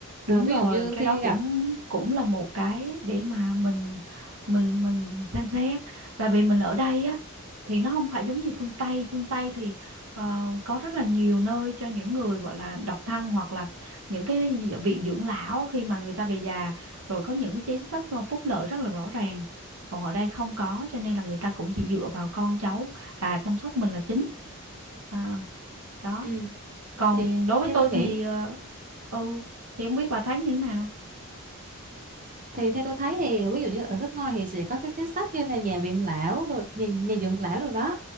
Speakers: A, on the right; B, on the right.
A: Đúng
B: Ờ, ví
A: rồi,
B: dụ như
A: cái
B: khi
A: đó
B: gặp
A: cũng cũng là một cái để mà mình mình mình xem xét. Tại vì mình ở đây á thì nó không phải giống như phương Tây, phương Tây thì ờ, có rất là nhiều nơi cho những người gọi là độc thân hoặc là những cái viện dưỡng lão khi mà người ta về già rồi có những cái chính sách mà phúc lợi rất là rõ ràng. Còn ở đây không có cho nên là người ta cũng chỉ dựa vào con cháu à chăm sóc mình là chính. À, đó.
B: Ừ.
A: Còn
B: thì
A: đối với
B: theo
A: tôi
B: tôi nghĩ
A: thì ờ, ừ thì không biết bà thấy như thế nào?
B: thì theo tôi thấy thì ví dụ như ở nước ngoài thì sẽ có các chính sách như là nhà viện lão đồ nhà, nhà dưỡng lão rồi đó